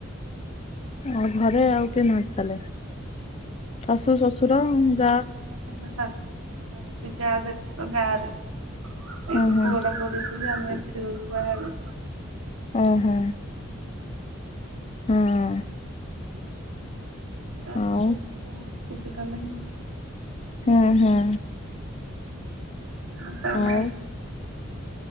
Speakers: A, on the left; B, on the right.
A: ଆଉ ଘରେ ଆଉ କିଏ ନାହାନ୍ତି ତାଲେ। ଶାଶୁ ଶ୍ୱଶୁର ଯା।
B: ନାହାଁ ଲୋ ଶାଶୁ, ଶଶୁର, ନାହାନ୍ତି, ଯା ଦେଢ଼ଶୁର ଗାଁ ରେ। ଏଇଠି
A: ଓହୋ
B: ପୁଅ ଟା ପଡୁଛି ଯେ, ଆମେ ଏଠି ରହୁଛୁ ବାହାରେ।
A: ଓ ହୋ। ହଁ।
B: ବାରିରେ
A: ଆଉ
B: ସ୍କୁଲ ସୁବିଧା ନାହିଁ।
A: ହୁଁ ହୁଁ।
B: ଲୁଗା ନେଇ
A: ଆଉ
B: ଆଇଛୁ